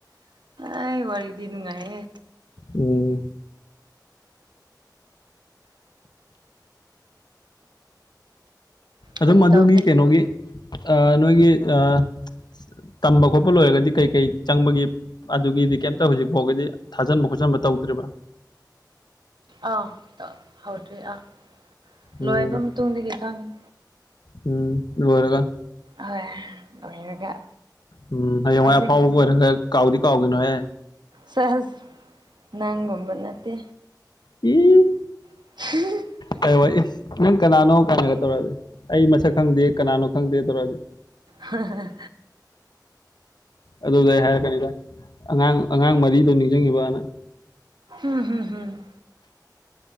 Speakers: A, on the right; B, on the left.
A: ꯑꯩ ꯋꯥꯔꯤꯗꯤ ꯅꯨꯉꯥꯏꯍꯦ
B: ꯎꯝ ꯑꯗꯨꯝ
A: ꯐꯥꯒꯤ
B: ꯑꯗꯨꯒꯤ
A: ꯇꯧꯕꯅꯦ
B: ꯀꯩꯅꯣꯒꯤ ꯑꯥ ꯅꯣꯏꯒꯤ ꯑꯥ ꯇꯝꯕ ꯈꯣꯠꯄ ꯂꯣꯏꯔꯒꯗꯤ ꯀꯩ ꯀꯩ ꯆꯪꯕꯒꯤ ꯑꯗꯨꯒꯤꯗꯤ ꯀꯦꯝꯇ ꯍꯨꯖꯤꯛ ꯐꯥꯎꯒꯤꯗꯤ ꯊꯥꯖꯟꯕ ꯈꯣꯠꯆꯟꯕ ꯇꯧꯗ꯭ꯔꯤꯕꯥ
A: ꯑꯥꯎ ꯑ ꯍꯧꯗ꯭ꯔꯤ ꯑꯥ
B: ꯎꯝ
A: ꯂꯣꯏꯕ ꯃꯇꯨꯡꯗꯒꯤ ꯈꯪꯉꯤ
B: ꯎꯝ ꯂꯣꯏꯔꯒ
A: ꯍꯣꯏ ꯂꯣꯏꯔꯒ
B: ꯎꯝ ꯍꯌꯦꯡꯋꯥꯏ
A: ꯍꯧꯖꯤꯛ
B: ꯑꯐꯥꯎꯕꯒ
A: ꯍꯧꯖꯤꯛ
B: ꯑꯣꯏꯔꯒ ꯀꯥꯎꯗꯤ ꯀꯥꯎꯒꯤꯅꯣꯍꯦ
A: ꯁꯍꯖ ꯅꯪꯒꯨꯝꯕ ꯅꯠꯇꯦ
B: ꯏꯏ
A: <unintelligible>
B: ꯍꯌꯦꯡ ꯋꯥꯏ ꯏꯁ ꯅꯪ ꯀꯅꯥꯅꯣ ꯀꯥꯏꯅꯒ ꯇꯧꯔꯛꯑꯗꯤ ꯑꯩ ꯃꯁꯛ ꯈꯪꯗꯦ ꯀꯅꯥꯅꯣ ꯈꯪꯗꯦ ꯇꯧꯔꯛꯑꯗꯤ
A: ꯍ ꯍ ꯍꯍ
B: ꯑꯗꯨꯗꯤ ꯑꯩ ꯍꯥꯏꯔꯛꯀꯅꯤꯗ ꯑꯉꯥꯡ ꯑꯉꯥꯡ ꯃꯔꯤꯗꯣ ꯅꯤꯡꯖꯡꯉꯤꯕꯅ
A: ꯍꯨꯝ ꯍꯨꯝ ꯍꯨꯝ